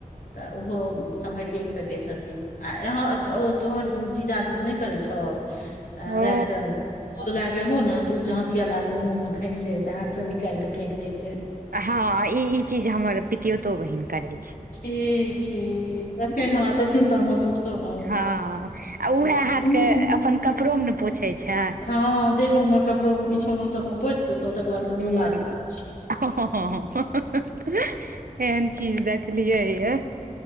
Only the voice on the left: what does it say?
तऽ ओहो सम्हरियए कटे छथिन आ यहाँ तोहर जीजा जी नहि करे छौ आ रात
कऽ जखने ने दूध जहाँ देबो मुँह मे खैनी रहै छै हाथ सँ निकालि के फेक दै छै
छी छी तते हमरा तते तामस उठतौ ने।
<unintelligible>
हँ देहो कपड़ो कोनो सभ पुछि देतौ, ओ तकर बाद
कतहु ला दू तऽ।